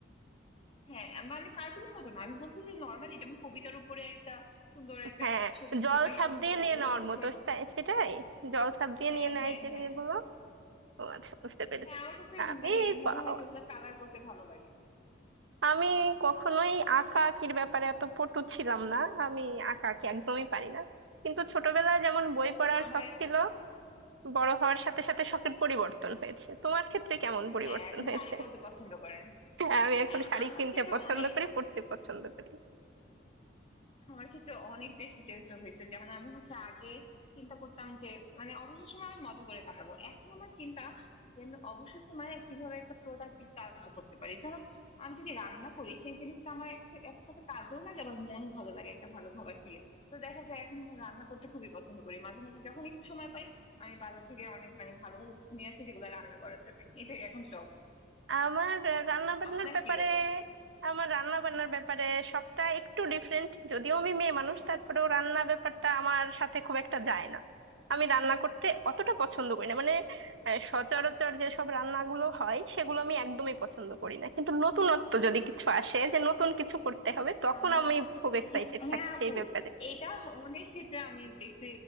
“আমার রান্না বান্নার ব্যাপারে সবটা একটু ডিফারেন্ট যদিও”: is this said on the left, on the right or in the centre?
Right